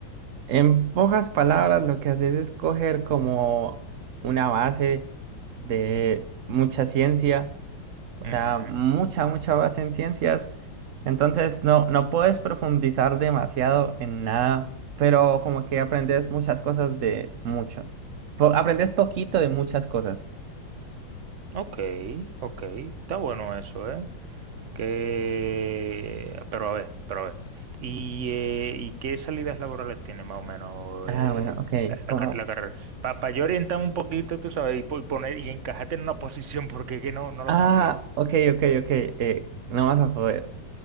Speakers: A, on the right (about 80°); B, on the right (about 55°).
A: En pocas palabras, lo que haces es coger como una base de mucha ciencia, o
B: Ujú.
A: sea, mucha, mucha base en ciencias. Entonces, no, no puedes profundizar demasiado en nada, pero como que aprendes muchas cosas de mucho. Po- aprendes poquito de muchas cosas.
B: Ok, ok. Está bueno eso, ¿eh? Que, pero a ver, pero a ver. ¿Y, eh, ¿y qué salidas laborales tiene más o menos
A: Ah,
B: eh,
A: bueno, ok,
B: la,
A: como...
B: la car- la carrera? Para yo orientar un poquito, tú sabes, y, po- y poner y encajarte en una <laughs> posición porque es que no, no lo
A: Ah,
B: tengo claro.
A: ok, ok, ok, eh, no vas a poder.